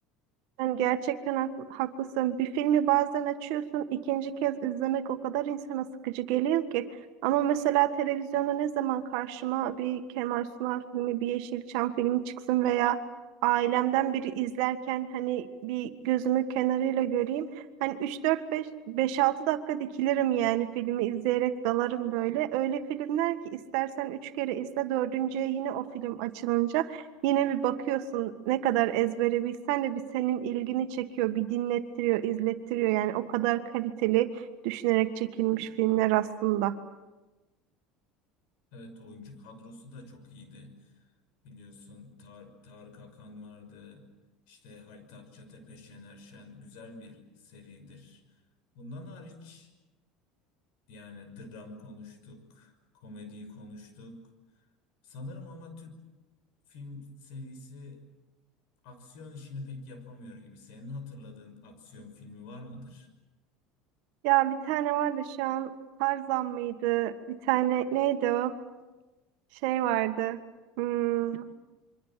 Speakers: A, on the right; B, on the left.
A: Yani gerçekten haklı- haklısın. Bir filmi bazen açıyorsun, ikinci kez izlemek o kadar insana sıkıcı geliyor ki. Ama mesela televizyonda ne zaman karşıma bir Kemal Sunal filmi, bir Yeşilçam filmi çıksın veya ailemden biri izlerken hani bir gözümü kenarıyla göreyim. Hani üç dört beş beş altı dakika dikilirim yani filmi izleyerek dalarım böyle. Öyle filmler ki istersen 3 kere izle, dördüncüye yine o film açılınca Yine bir bakıyorsun ne kadar ezbere bilsen de bir senin ilgini çekiyor, bir dinlettiriyor, izlettiriyor. Yani o kadar kaliteli düşünerek çekilmiş filmler aslında.
B: Evet oyuncu kadrosu da çok iyiydi. Biliyorsun Tar Tarık Akan vardı. İşte Halit Akçatepe, Şener Şen güzel bir seridir. Bundan hariç yani dram konuştuk, komediyi konuştuk. Sanırım ama Türk film serisi aksiyon işini pek yapamıyor gibi. Senin hatırladığın aksiyon filmi var mıdır?
A: Ya bir tane vardı şu an Tarzan mıydı? Bir tane neydi o? Şey vardı. Hmm,